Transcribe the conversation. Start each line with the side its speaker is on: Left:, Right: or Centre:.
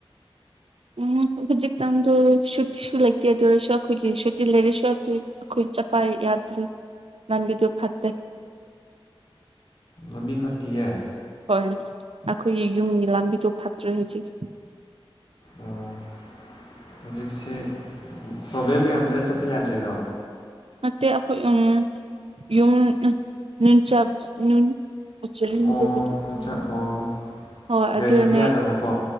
Right: ꯎꯝ ꯍꯧꯖꯤꯛꯇꯥꯟꯗꯣ ꯁꯨꯇꯤꯁꯨ ꯂꯩꯇꯦ ꯑꯗꯨ ꯑꯣꯏꯔꯁꯨ ꯑꯩꯈꯣꯏꯒꯤ ꯁꯨꯇꯤ ꯂꯩꯔꯁꯨ ꯑꯗꯨꯏ ꯑꯩꯈꯣꯏ ꯆꯄꯥꯏ ꯌꯥꯗ꯭ꯔꯤ ꯉꯥꯟꯕꯤꯗꯨ <unintelligible> ꯐꯠꯇꯦ
Left: ꯂꯝꯕꯤ ꯐꯠꯇꯤꯌ‌ꯦ
Right: ꯍꯣꯏ ꯑꯩꯈꯣꯏꯒꯤ ꯌꯨꯝꯒꯤ ꯂꯝꯕꯤꯗꯣ ꯐꯠꯇ꯭ꯔꯦ ꯍꯧꯖꯤꯛ
Left: ꯑꯣ ꯍꯧꯖꯤꯛꯁꯦ ꯄ꯭ꯔꯣꯕ꯭ꯂꯦꯝ ꯃꯌꯥꯝꯁꯤꯅ ꯆꯠꯄ ꯌꯥꯗ꯭ꯔꯤꯔꯣ
Right: ꯅꯦꯠꯇ‌ꯦ ꯑꯩꯈꯣꯏ ꯎꯝ ꯌꯨꯝ ꯅꯤꯟꯆꯥꯥꯛ ꯎꯝ ꯎꯆꯔ ꯃ
Left: ꯑꯣ
Right: ꯄꯗꯤ <unintelligible>
Left: ꯅꯨꯡꯁꯥꯛ ꯑꯣ
Right: ꯍꯣꯏ
Left: ꯒꯥꯔꯤ
Right: ꯑꯗꯨꯅꯦ
Left: ꯆꯠꯄ ꯌꯥꯗꯕꯀꯣ